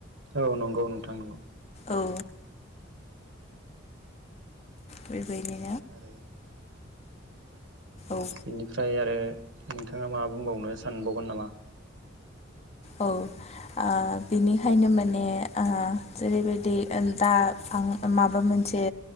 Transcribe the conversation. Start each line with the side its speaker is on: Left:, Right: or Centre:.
Right: औ नंगौ नोंथां नंगौ।
Left: औ बेबायदिनो
Right: आरो
Left: औ
Right: बेनिफ्राय आरो नोंथाङा मा बुंबावनो सानबावगोन नामा?
Left: औ। आ बिनिखायनो, माने आ जेरैबायदि दा, आं माबा मोन जे